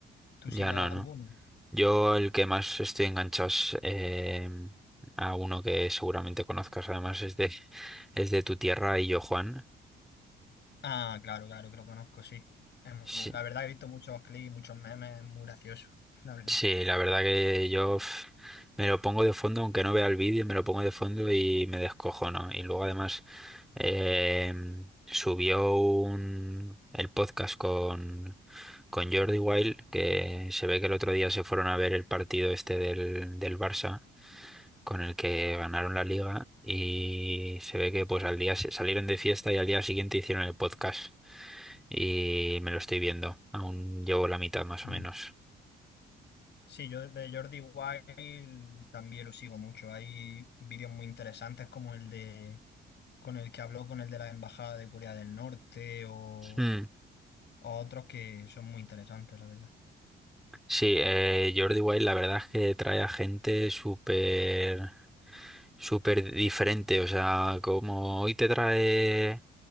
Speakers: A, on the left; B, in the centre.
A: ¿Tú
B: Ya
A: sigues
B: no,
A: alguno?
B: ¿no? Yo el que más estoy enganchado es, em, a uno que seguramente conozcas, además es de, <laughs> es de tu tierra y yo, Juan.
A: Ah, claro, claro, que lo conozco, sí. Es
B: Sí,
A: muy- la verdad he visto muchos clips, muchos memes, es muy gracioso, <laughs> la verdad.
B: sí, la verdad que yo pf, me lo pongo de fondo, aunque no vea el vídeo, me lo pongo de fondo y me descojono. Y luego además em, subió un, el podcast con, con Jordi Wild, que se ve que el otro día se fueron a ver el partido este del, del Barça. con el que ganaron la liga y se ve que pues al día se- salieron de fiesta y al día siguiente hicieron el podcast y me lo estoy viendo. Aún llevo la mitad más
A: Mm.
B: o menos.
A: Sí, yo de Jordi Wild también lo sigo mucho. Hay vídeos muy interesantes como el de con el que habló con el de la Embajada de Corea del Norte o,
B: Mm,
A: o otros que son muy interesantes, la verdad.
B: Sí, eh, Jordi Wild la verdad es que trae a gente súper súper diferente, o sea, como hoy te trae